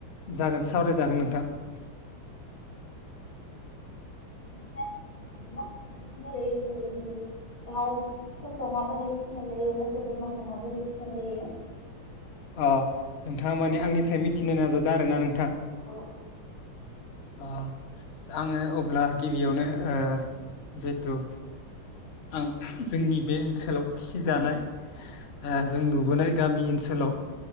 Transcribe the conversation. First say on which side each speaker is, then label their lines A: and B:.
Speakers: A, on the left; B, on the left.
A: जागोन सावरायजागोन नोंथां ।
B: नोंथाङा एसे बुंनो हागोन ना जों बोरैहाय बिदि दाउफोरखौ माबोरै फिसिनाय जायो मोसौ बोरमाखौ माबोरै फिसिनाय जायो ।
A: अ नोंथाङा माने आंनिफ्राय मिथिनो नाजादों आरो ना नोंथा?
B: अ औ ।
A: अ आङो अब्ला गिबियावनो ओ जिहेथु आं जोंनि बे ओनसोलाव फिसिजानाय ओ जों नुबोनाय गामि ओनसोलाव